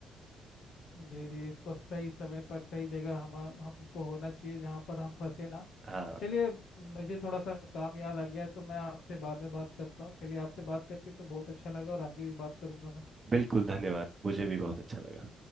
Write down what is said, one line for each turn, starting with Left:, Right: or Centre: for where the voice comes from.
Left: जी जी इसको सही समय पर सही जगह हम हमको होना चाहिए जहाँ पर हम फंसे ना
Right: हाँ
Left: चलिए मुझे थोड़ा सा काम याद आ गया है तो मैं आपसे बाद में बात करता हूँ चलिए आपसे बात करके तो बहुत अच्छा लगा और आगे भी बात करूंगा मैं
Right: बिल्कुल धन्यवाद मुझे भी बहुत अच्छा लगा